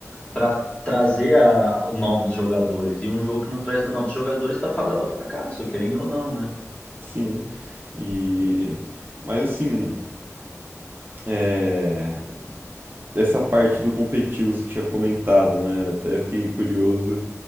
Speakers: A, on the left; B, on the right.
A: para trazer a- novos jogadores. E um jogo que não traz novos jogadores está fadado ao fracasso, querendo ou não, né?
B: Sim, e. Mas assim, É, essa parte do competitivo você tinha comentado, né? Até fiquei curioso,